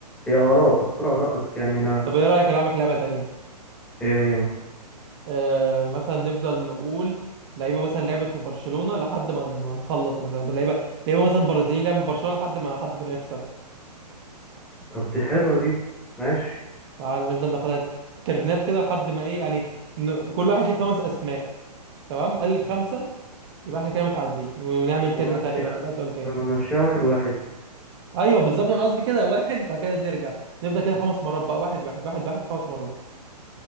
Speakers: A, in the centre; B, on the right (about 40°).
A: هي اراء الكره اراء بس يعني انا
B: طب ايه رايك العبك لعبه تانية
A: ايه هي مثلا
B: آه مثلا نفضل نقول لعيبه مثلا لعبت في برشلونه لحد ما ما نخلص مثلا لعيبه لعيبه مثلا برازيليين لعبوا في برشلونه لحد ما حد فينا يخسر
A: طب دي حلوه دي ماشي
B: تعال نفضل ناخدها ترنات كده لحد ما ايه يعني ن... كل واحد ليه خمس اسماء تمام قال الخمسه يبقى احنا كده متعادلين ونعمل ترنه
A: لما مشيها
B: تانية يبقى نسال سؤال تاني
A: لما مشيها واحد واحد
B: ايوه بالظبط انا قصدي كده واحد بعد كده نرجع نفضل كده خمس مرات بقى واحد واحد واحد واحد خمس مرات